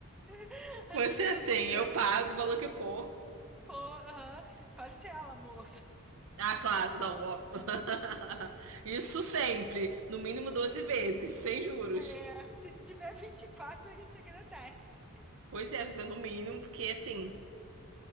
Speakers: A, in the centre; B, on the right (about 65°).
A: <laughs> Assim
B: Você
A: mesmo,
B: assim,
A: ver.
B: eu pago o valor que for.
A: Pô, aham, Parcela, moço.
B: Ah, claro, não, óbvio. <laughs> Isso sempre, no mínimo 12 vezes, sem juros.
A: É, se tiver 24 a gente agradece.
B: Pois é, viver no mínimo, porque assim,